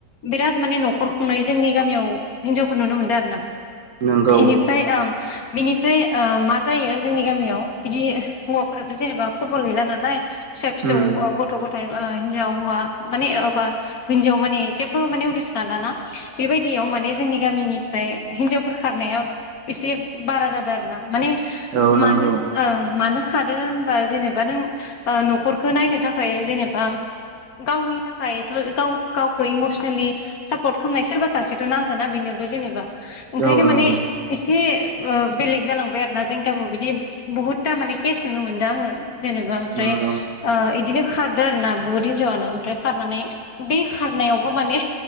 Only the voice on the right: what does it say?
नंगौ
उम
औ
नंगौ
औ
नंगौ
नंगौ